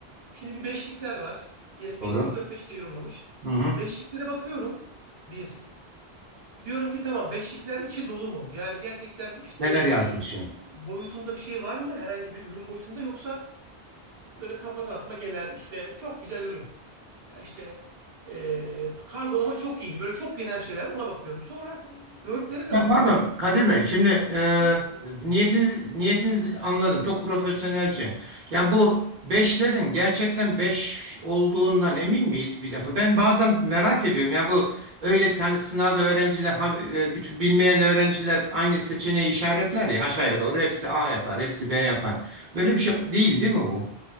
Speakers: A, on the right (about 70°); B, on the right (about 50°).
A: Şimdi bir beşlikler var. Diyelim
B: Doğru.
A: bir 2 3 4 5 diye yorumlamış.
B: Hı hı.
A: Beşliklere bakıyorum. bir. Diyorum ki tamam beşlikler içi dolu mu? Yani gerçekten işte
B: Neler yazmış
A: bir
B: ya?
A: boyutunda bir şey var mı? Herhangi bir ürün boyutunda yoksa böyle kafadan atma genel işte çok güzel ürün. Ya işte eee, kargolama çok iyiydi. Böyle çok genel şeyler ona bakıyorum. Sonra dörtlere de
B: Ya
A: bakıyorum.
B: pardon Kadir Bey, şimdi e,
A: Tabii.
B: niyetiniz, niyetinizi anladım. Çok profesyonelce. Yani bu beşlerin gerçekten beş olduğundan emin miyiz bir defa? Ben bazen merak ediyorum. Yani bu öylesine hani sınavda öğrenciler, ha- e, bütün bilmeyen öğrenciler aynı seçeneği işaretler ya aşağıya doğru. Hepsi A yapar, hepsi B yapar. Böyle bir şey değil değil mi bu?